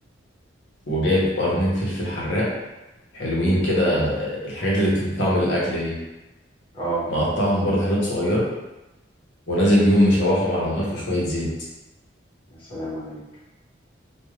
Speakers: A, on the left; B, on the left.
A: وجايب قرنين فلفل حراق حلوين كده الحاجات اللي بتدي طعم الأكل دي
B: اه
A: مقطعهم برضه حتت صغيرة ونازل بيهم مشوحهم على النار في شوية زيت
B: يا سلام عليك